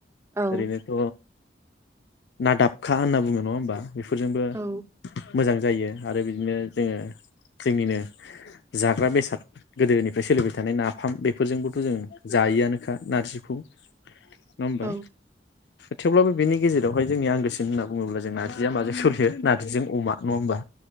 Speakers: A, on the right; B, on the left.
A: औ
B: ओरैनोथ' नादाबखा होनना बुङो नङा होमबा? बेफोरजोंबो
A: औ
B: मोजां जायो आरो बिदिनो जोङो जोंनिनो जाग्रा बेसाद गोदोनिफ्राय सोलिबाय थानाय नाफाम बेफोरजोंबोथ' जों जायोआनोखा नारजिखौ नङा होमबा?
A: औ
B: थेवब्लाबो बेनि गेजेरावहाय जोंनि आंगोसिन होनना बुङोब्ला जों नारजिया माजों सोलियो नारजिजों अमा नङा होमबा?